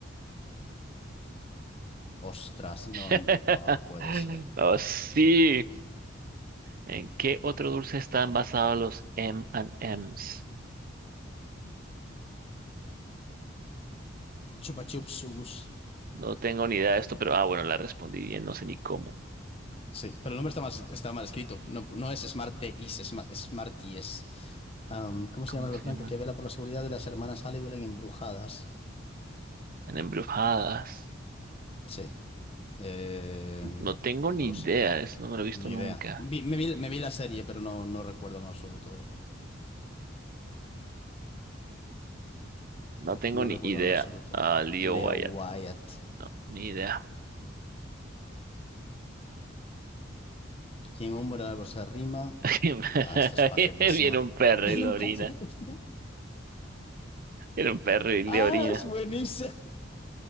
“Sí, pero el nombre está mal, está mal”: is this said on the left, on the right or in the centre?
Left